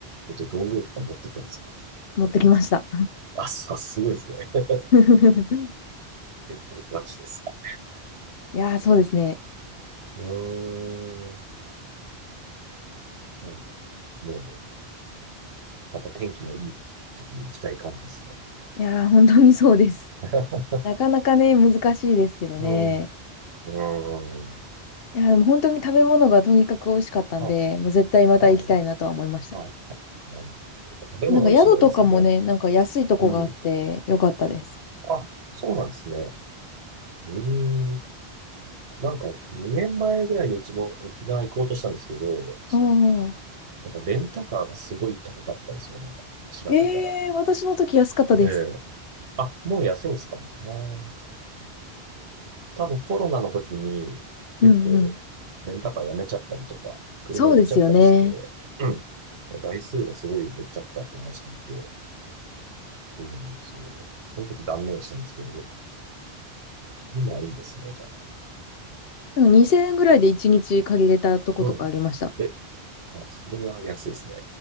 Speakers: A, on the right; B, on the left.
A: え、じゃあ道具とか持ってきたんですか
B: 持ってきました。
A: 借りたんですかあ、さ、すごいですね。<laughs>
B: <laughs>
A: 結構ガチですね。
B: いやー、そうですね。
A: うーん。そうなんだもう、また天気のいい時に行きたい感じですね。
B: いやー、本当にそうです。
A: <laughs>
B: なかなかね、難しいですけどね。
A: うん。うーん。
B: いやー、でも本当に食べ物がとにかく美味しかったんで、
A: はい。
B: もう絶対また行きたいなとは思いました。
A: あの、はい。あの、食べ物美味しいのがいいですよね。
B: なんか宿とかもね、なんか安いとこがあってよかったです。
A: うん。あ、そうなんですね。うーん。なんか2年前ぐらいにうちも沖縄行こうとしたんですけど、
B: うん。
A: なんかレンタカーがすごい高かったんですよね。調べたら。
B: えー、私の時安かったです。
A: ええあ、もう安いんですかねあー多分コロナの時に結構
B: うんうん。
A: レンタカーやめちゃったりとか、車売っちゃったりして、
B: そうですよね。
A: うん。台数がすごい減っちゃったって話聞いて、うんそその時断念したんですけど、今はいいんですね、じゃあ。
B: なんか2000円ぐらいで1日借りれたとことかありました。
A: うん。え、あ、それは安いですね。